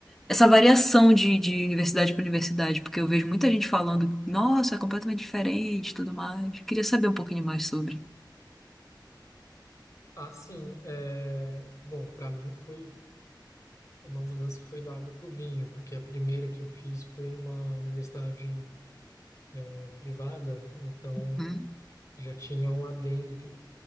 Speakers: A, in the centre; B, on the left.
A: essa variação de, de universidade para universidade, porque eu vejo muita gente falando, nossa, é completamente diferente, e tudo mais. Queria saber um pouquinho mais sobre.
B: Ah, sim. É... Bom, para mim foi uma mudança que foi da água pro vinho, porque a primeira que eu fiz foi numa universidade eh, privada, então
A: Uhum,
B: já tinha um adendo que